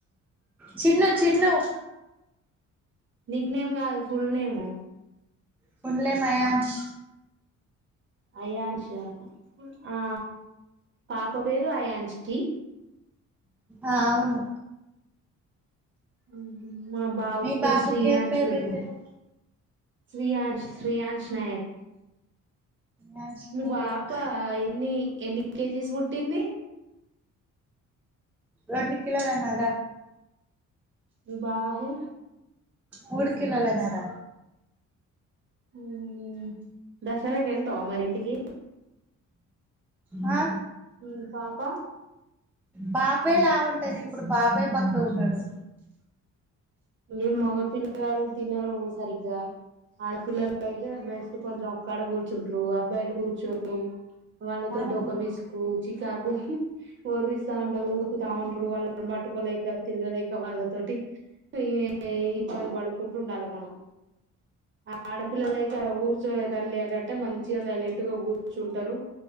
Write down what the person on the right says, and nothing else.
నిక్ నేమ్ కాదు full name
Ayansh ఆ పాప పేరు అయాన్షి
ఉహు మా బాబు
పేరు
శ్రీయాన్శ్
పెట్నం
శ్రీయాంష్ శ్రీయాంష్ నాయక్
మీ
పాప ఎన్ని ఎన్ని కేజీస్ పుట్టింది
మీ బాబు
ఊఉ దసరాకి ఎల్తావ మరి ఇంటికి
ఉమ్ పాప
ఏం మగ పిల్లగాల్లు తినరు సరిగ్గా ఆడపిల్లలు అయితే బెస్ట్ కొంచెం ఒక్కాడ కూర్చుంటరు అబ్బాయిలు కూర్చోరు వాళ్ళతోటి
ఒక విసుకు చికాకు వర్రిస్తా ఉంటరు ఉరుకుతా ఉంటరు వాళ్ళను పట్టుకోలేక తిరుగలేక వాళ్ళతో టి ఈ ఇబ్బంది పడుకుంటు ఉండాలి మనం ఆ ఆడపిల్లలయితే ఆడ కూర్చ ర్చోవే తల్లి అని అంటే మంచిగా సైలెంట్ గా కూర్చుంటరు